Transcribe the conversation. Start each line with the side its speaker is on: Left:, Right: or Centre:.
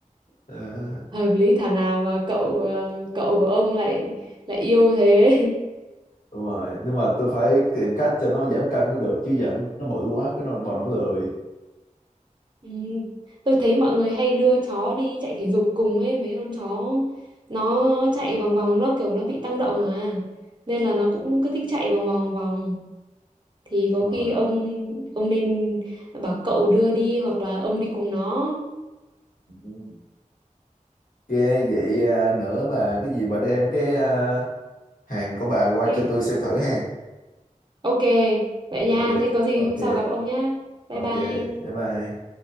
Left: Ờ,
Right: hợp lý thảo nào mà cậu ờ, cậu của ông lại lại yêu thế
Left: đúng rồi nhưng mà tôi phải tìm cách cho nó giảm cân mới được chứ giờ nó, nó bự quá cái nó bọn nó lười
Right: Ừ, tôi thấy mọi người hay đưa chó đi chạy thể dục cùng ấy mấy con chó nó chạy vòng vòng nó kiểu nó bị tăng động à nên là nó cũng cứ thích chạy vòng vòng vòng thì có
Left: Đúng
Right: khi ông ông nên bảo cậu đưa đi hoặc là ông đi cùng nó
Left: rồi. Cái vậy à, nữa bà cái gì bà đem cái à, hàng của bà qua
Right: ừ
Left: cho tôi xem thử ha.
Right: ok vậy
Left: Ok,
Right: nha thế có gì
Left: ok,
Right: hôm sau gặp ông nhá bye
Left: ok.
Right: bye
Left: Bye bye.